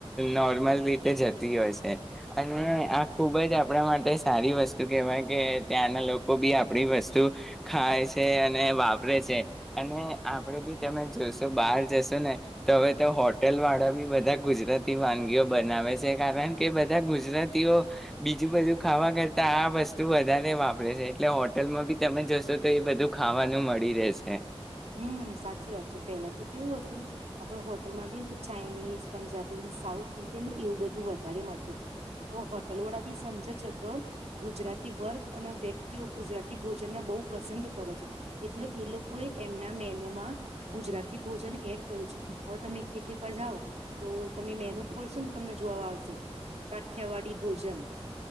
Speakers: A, in the centre; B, on the right.
A: નોર્મલ રીતે જતી હોય છે અને આ ખુબ જ આપણા માટે સારી વસ્તુ કેહેવાય કે ત્યાંના લોકો બી આપણી વસ્તુ ખાય છે અને વાપરે છે અને આપણેે બી તમે જોશો બહાર જશો ને તો હવે તો હોટલ વાળા બી બધા ગુજરાતી વાનગીઓ બનાવે છે કારણ કે બધા ગુજરાતીઓ બીજું બજુ ખાવા કરતા આ વસ્તુ વધારે વાપરે છે એટલે હોટલમાં બી તમે જશો તો એ બધું ખાવાનું મળી રહેશે
B: હમ સાચી વાત છે પેલા તો કેવું હતું આપડે હોટલમાં જે ને ચાઇનીઝ પંજાબી સાઉથ ઇન્ડિયન ને એવું બધું વધારે મળતું હતું હ હોટલ વાળા બી સમજે છે કે ગુજરાતી વર્ગ અને વ્યક્તિઓ ગુજરાતી ભોજનને બહુ પસંદ કરે છે એટલે એ લોકો એ એમના મેનુમાં ગુજરાતી ભોજન એડ કરું છું હવે તમે કેટલીક વાર જાઓ તો તમે મેનુ ખોલશોને તમને જોવા આવશે કાઠિયાવાડી ભોજન